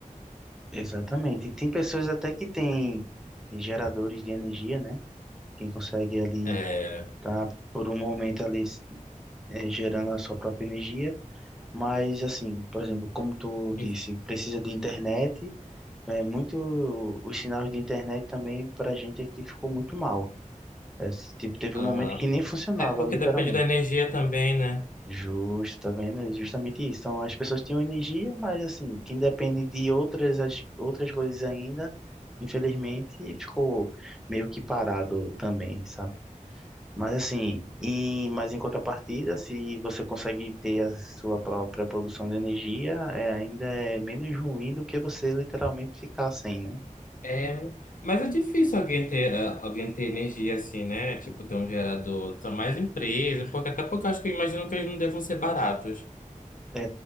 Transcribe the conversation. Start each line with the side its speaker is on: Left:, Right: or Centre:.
Centre: Exatamente. E tem pessoas até que têm geradores de energia, né? Quem consegue ali
Left: É,
Centre: tá por um momento ali eh, gerando a sua própria energia. Mas assim, por exemplo, como tu disse,
Left: e-
Centre: precisa de internet. É muito os sinais de internet também para a gente aqui ficou muito mal. É, tipo, teve
Left: aham.
Centre: um momento que nem funcionava,
Left: É porque
Centre: literalmente.
Left: depende da energia também, né?
Centre: Justo, tá vendo? É justamente isso. Então, as pessoas tinham energia, mas assim, quem depende de outras, as, outras coisas ainda, infelizmente, ficou meio que parado também, sabe? Mas assim, em, mas em contrapartida, se você consegue ter a sua própria produção de energia, é, ainda é menos ruim do que você literalmente ficar sem, né?
Left: É, mas é difícil alguém ter, ah, alguém ter energia assim, né? Tipo, ter um gerador. São mais empresas, porque até porque eu acho que eu imagino que eles não devam ser baratos.
Centre: É,